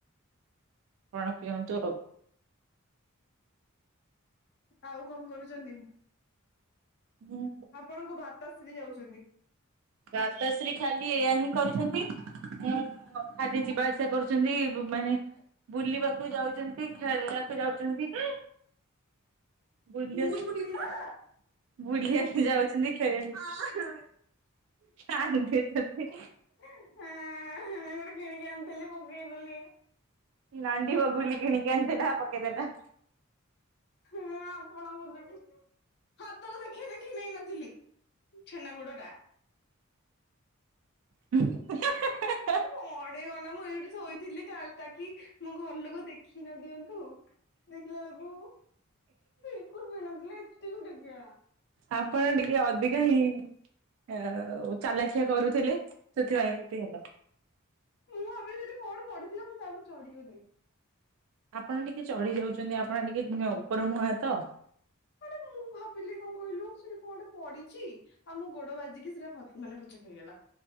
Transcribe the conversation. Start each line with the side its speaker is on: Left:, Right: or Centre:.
Right: ଆପଣ ପିଅନ୍ତୁ ଆଉ।
Left: ଆଉ କଣ କରୁଛନ୍ତି?
Right: ମୁଁ
Left: ଆପଣଙ୍କ ଭାତାଶ୍ରୀ ଯାଉଛନ୍ତି।
Right: ଗାତାଶ୍ରୀ ଖାଲି ଏଇଆ ହିଁ କରୁଛନ୍ତି। ଖାଦ ଯିବା ଆସିବା କରୁଛନ୍ତି ମାନେ ବୁଲିବାକୁ ଯାଉଛନ୍ତି ଖେଳିବାକୁ ଯାଉଛନ୍ତି। ବୁଲିବା
Left: ମୁଁରୁ ବୁଡିଗଲା।
Right: ବୁଲିବାକୁ ଯାଉଛନ୍ତି। ଖେଳିବାକୁ କାନ୍ଦୁଛନ୍ତି।
Left: ଗୋଟେ କିଣିକି ଆଣିଥିଲି ପକେଇ ଦେଲି।
Right: ନାଣ୍ଡି ବଗୁଲି କିଣିକି ଆଣିଥିଲା
Left: ଆଣିଚି ତା
Right: ପକେଇଦଲା।
Left: ହଁ ଆପଣଙ୍କ ଯୋଗୁଁ। ହାତର ଦେଖେଇ ଦେଖେଇ ନେଇ ନଥିଲି। ଛେନାଗୁଡ ଟା।
Right: <unintelligible>
Left: ଅଡେଇ ଗଲା ମୁଁ ଏଇଠି ଶୋଇଥିଲି କା ତାକି ମୋ ଘର ଲୋକ ଦେଖି ନ ଦିଅନ୍ତୁ। ଦେଖିଲା ବେଳକୁ ବିଲକୁଲ ପିଇନଥିଲା ଏତିକି ଟଙ୍କିଆ।
Right: ଆପଣ ଟିକେ ଅଧିକା ହିଁ ଆ ଚାଲାଖିଆ କରୁଥିଲେ ସେଥିପାଇଁ ଏମତି ହେଲା।
Left: ମୁଁ ଭାବିଲି ସେଠି ଗୋଟେ କଣ ପଢିଥିଲା ମୁଁ ତା ଉପରେ ଚଢିଗଲି।
Right: ଆପଣ ଟିକେ ଚଢି ଯାଉଛନ୍ତି। ଆପଣ ଟିକେଁ ଉପର ମୁହାଁ ତ।
Left: କେ ମୁଁ ଭାବିଲି କଣ କହିଲୁ ସେଠି କଣ ଗୋଟେ ପଡିଛି। ଆଉ ମୁଁ ଗୋଡ ବାଜିକି ସେଟା ଫ ମାନେ ପୂଚକ ହେଇଗଲା